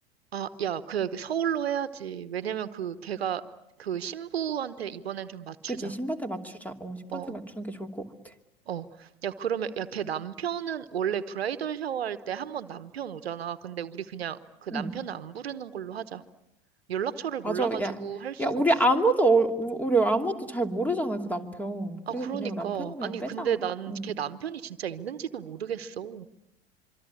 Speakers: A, on the right (about 80°); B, in the centre.
A: 아, 야, 그 서울로 해야지. 왜냐면 그 걔가 그 신부한테 이번엔 좀 맞추자.
B: 그지? 신반대 맞추자. 어, 신반대
A: 어,
B: 맞추는 게 좋을 것 같아.
A: 어. 야, 그러면 야, 걔 남편은 원래 브라이덜 샤워할 때 한 번 남편 오잖아. 근데 우리 그냥 그 남편은
B: 응.
A: 안 부르는 걸로 하자. 연락처를
B: 맞아.
A: 몰라가지고
B: 야,
A: 할 수가
B: 야, 우리
A: 없어.
B: 아무도, 어- 우- 우리 아무도 잘 모르잖아, 그 남편.
A: 아,
B: 그래서
A: 그러니까.
B: 그냥 남편은 그냥
A: 아니,
B: 빼자.
A: 근데 난
B: 응.
A: 걔 남편이 진짜 있는지도 모르겠어.